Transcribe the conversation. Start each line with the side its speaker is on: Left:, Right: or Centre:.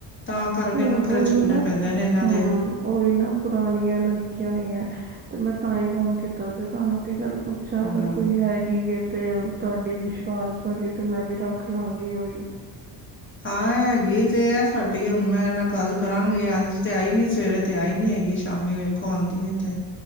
Left: ਤਾਂ ਕਰਕੇ
Right: ਹੁਣ
Left: ਨਖਰੇ
Right: ਉਹੀ
Left: ਚੁੱਕਣੇ
Right: ਨਾ
Left: ਪੈਂਦੇ ਨੇ ਇਹਨਾਂ
Right: ਹੂੰ
Left: ਦੇ
Right: ਉਹੀ ਨਾ ਪੁਰਾਣੀਆਂ ਲੱਗੀਆਂ ਹੋਈਆਂ ਹੈ ਤੇ ਮੈਂ ਤਾਂ ਹੀ ਫੋਨ ਕੀਤਾ ਸੀ ਤੁਹਾਨੂੰ ਕੀ ਚੱਲ ਪੁ ਅੱਛਾ ਅਗਰ
Left: ਹੂੰ।
Right: ਕੋਈ ਹੈਗੀ ਤੇ ਤੁਹਾਡੀ ਵਿਸ਼ਵਾਸ ਵਾਲੀ ਤੇ ਮੈਂ ਵੀ ਰੱਖ ਲਵਾਂਗੀ ਉਹੀ
Left: ਹਾਂ ਹੈਗੀ ਤੇ ਸਾਡੀ ਹੁਣ ਮੈਂ ਇਹਦੇ ਨਾਲ ਗੱਲ ਕਰਾਂਗੀ ਅੱਜ ਤੇ ਆਈ ਨੀ ਸਵੇਰੇ ਤੇ ਆਈ ਨੀ ਹੈਗੀ, ਸ਼ਾਮੀ ਵੇਖੋ ਆਉਂਦੀ ਤੇ